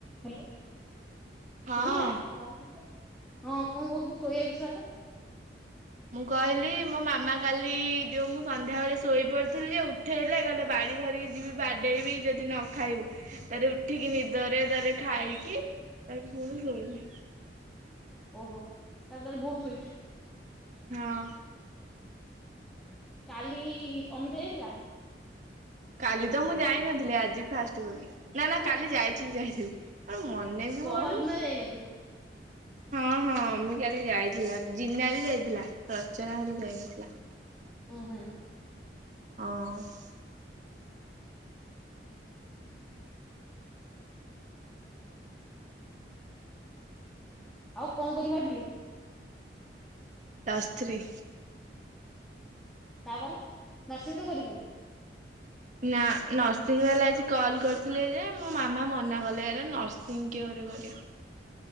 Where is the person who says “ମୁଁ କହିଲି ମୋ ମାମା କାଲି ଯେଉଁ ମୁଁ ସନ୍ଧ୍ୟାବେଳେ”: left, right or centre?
Right